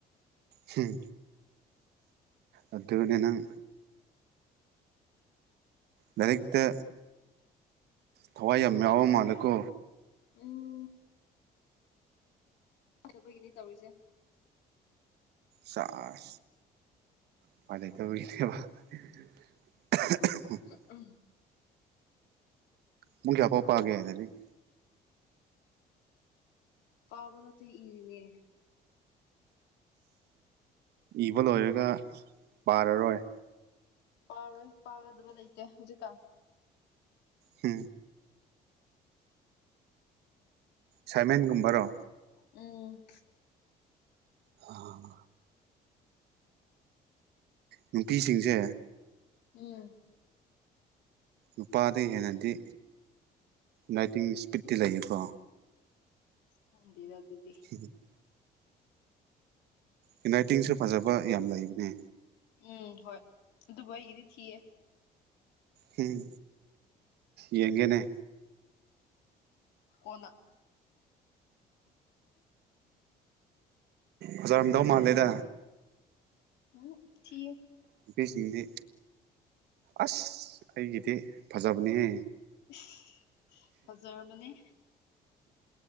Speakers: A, on the right; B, on the left.
A: ꯍꯝ ꯑꯗꯨꯗꯤ ꯅꯪ ꯂꯥꯏꯔꯤꯛꯇꯥ ꯊꯋꯥꯏ ꯌꯥꯝ ꯌꯥꯎꯔꯥ ꯃꯥꯜꯂꯦꯀꯣ
B: ꯎꯝ <unintelligible> ꯇꯧꯔꯤꯁꯦ
A: ꯁꯥꯁ ꯎꯄꯥꯏ ꯂꯩꯇꯕꯒꯤꯅꯦꯕ <unintelligible>
B: <unintelligible>
A: ꯄꯨꯡ ꯀꯌꯥꯐꯥꯎ ꯄꯥꯒꯦ ꯂꯥꯏꯔꯤꯛ
B: ꯄꯥꯕ ꯅꯠꯇꯦ ꯏꯔꯤꯅꯦ
A: ꯏꯕ ꯂꯣꯏꯔꯒ ꯄꯥꯔꯔꯣꯏ
B: ꯄꯥꯔꯣꯏ ꯄꯥꯒꯗꯕ ꯂꯩꯇꯦ ꯍꯧꯖꯤꯛꯀꯥꯟ
A: ꯍꯝ ꯁꯥꯏꯃꯦꯟꯒꯨꯝꯕꯔꯣ
B: ꯎꯝ
A: ꯑꯣ ꯅꯨꯄꯤꯁꯤꯡꯁꯦ
B: ꯎꯝ
A: ꯅꯨꯄꯥꯗꯒꯤ ꯍꯦꯟꯅꯗꯤ ꯔꯥꯏꯇꯤꯡ ꯏꯁꯄꯤꯠꯇꯤ ꯂꯩꯌꯦꯀꯣ
B: ꯈꯪꯗꯦꯗ ꯑꯗꯨꯗꯤ
A: <unintelligible> ꯍꯦꯟꯔꯥꯏꯇꯤꯡꯁꯨ ꯐꯖꯕ ꯌꯥꯝ ꯂꯩꯕꯅꯦ
B: ꯎꯝ ꯍꯣꯏ ꯑꯗꯨꯕꯨ ꯑꯩꯒꯤꯗꯤ ꯊꯤꯌꯦ
A: ꯍꯝ ꯌꯦꯡꯒꯦꯅꯦ
B: ꯀꯣꯟꯅ
A: ꯐꯖꯥꯔꯝꯗꯧ ꯃꯥꯟꯗꯦꯗ
B: ꯎꯝ ꯍꯛ ꯊꯤꯌꯦ
A: ꯅꯨꯄꯤ ꯁꯤꯡꯗꯤ ꯑꯁ ꯑꯩꯒꯤꯗꯤ ꯐꯖꯕꯅꯦꯍꯦ
B: ꯏꯁ ꯐꯖꯥꯔꯝꯃꯅꯤ